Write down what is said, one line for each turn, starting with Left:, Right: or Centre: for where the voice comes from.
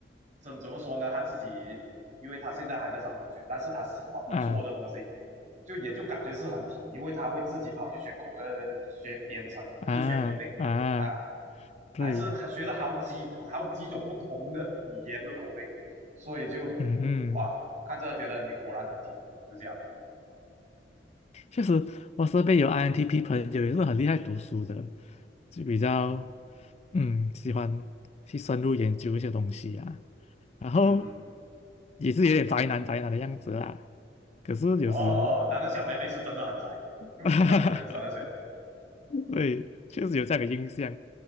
Right: 怎怎么说呢？他自己，因为他现在还在上中学，但是他喜欢做的东西，
Left: 啊
Right: 就也就感觉是很提，因为他会自己跑去学口呃学编程，
Left: 啊啊，
Right: 就学口令啊，
Left: 对，
Right: 还是还学了好几好几种不同的语言的口令，所以就哇，
Left: 嗯
Right: 看着觉得你果然很提，就这样。
Left: 确实，我身边有 INTP 朋友也是很厉害读书的，就比较嗯喜欢去深入研究一些东西啊，然后
Right: 嗯嗯，
Left: 也是有点宅男宅男的样子啊。可是有时，
Right: 哦，那个小妹妹是真的很宅，<laughs>
Left: <laughs>
Right: 我不知道你认识那谁。
Left: 对，确实有这样的印象。